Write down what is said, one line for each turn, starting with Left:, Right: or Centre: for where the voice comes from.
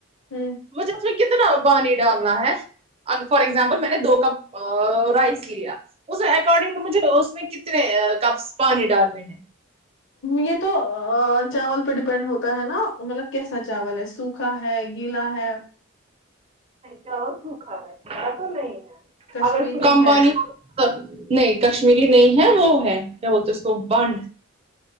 Left: ہوں
Right: مجھے اس میں کتنا پانی ڈالنا ہے اینڈ فار ایگزامپل میں نے دو کپ رائس لیا اس اکارڈنگ تو مجھے اس میں کتنے کپس پانی ڈالنے ہیں
Left: یہ تو چاول پہ ڈپینڈ ہوتا ہے نا مطلب کیسا چاول ہے سوکھا ہے گیلا ہے
Right: چاول سوکھا ہے گیلا تو نہیں ہے
Left: کشمیری
Right: اگر <unintelligible>
Left: ہے
Right: نہیں کشمیری نہیں ہے وہ ہے کیا بولتے اس کو بنڈ